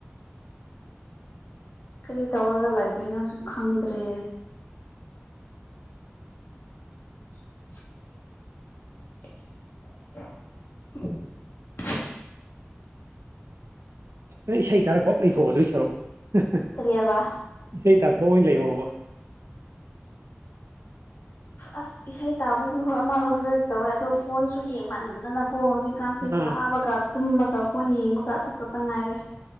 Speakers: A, on the left (about 55°); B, on the right (about 80°).
A: ꯀꯔꯤ ꯇꯧꯔꯒ ꯂꯩꯒꯦꯩꯅꯣꯁꯨ ꯈꯪꯗ꯭ꯔꯦ <unintelligible>
B: ꯅ ꯏꯁꯩ ꯇꯥꯔꯛꯐꯥꯎ ꯂꯩꯊꯣꯛꯑꯣ ꯑꯗꯨꯏ ꯁꯔꯨꯛ
A: ꯀꯔꯤꯕ
B: ꯏꯁꯩ ꯇꯥꯔꯛ ꯍꯣ ꯂꯩ ꯍꯣ
A: ꯑꯁ ꯏꯁꯩ ꯇꯥꯕꯁꯨ ꯍꯣꯏ ꯑꯃꯔꯣꯝꯗ ꯇꯧꯋꯦ ꯑꯗꯣ ꯐꯣꯟꯁꯨ ꯌꯦꯡꯃꯥꯟꯗꯅꯕ ꯑꯣ ꯍꯧꯖꯤꯛꯀꯥꯟꯁꯦ
B: ꯑꯥ
A: ꯆꯥꯕꯒ ꯇꯨꯝꯕꯒ ꯐꯣꯟ ꯌꯦꯡꯕꯒ ꯑꯗꯨ ꯈꯛꯇ ꯉꯥꯏꯔꯦ